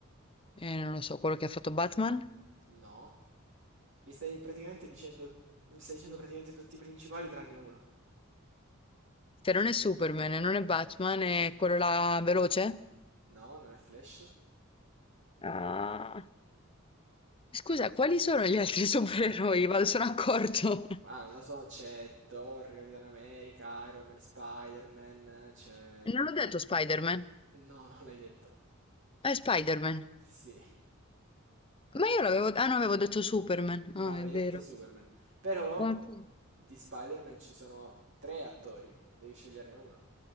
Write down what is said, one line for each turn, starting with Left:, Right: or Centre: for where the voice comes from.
Left: eh, non lo so, quello che ha fatto Batman?
Right: no. Li stai praticamente dicendo, stai dicendo praticamente tutti i principali tranne uno.
Left: Se non è Superman e non è Batman, è quello là veloce?
Right: No, non è Flash.
Left: Ah. Scusa, quali sono gli altri <laughs> supereroi? Vado, sono accorto.
Right: Ah, non lo so, c'è Thor, Capitan America, Iron Man, Spider-Man, c'è...
Left: Non l'ho detto Spider-Man.
Right: No, <laughs> non l'hai detto.
Left: È Spider-Man.
Right: Sì.
Left: Ma io l'avevo... Ah, no, avevo detto Superman.
Right: No,
Left: Ah,
Right: avevi
Left: è vero.
Right: detto Superman. Però
Left: Ok,
Right: di Spider-Man ci sono tre attori. Devi sceglierne uno.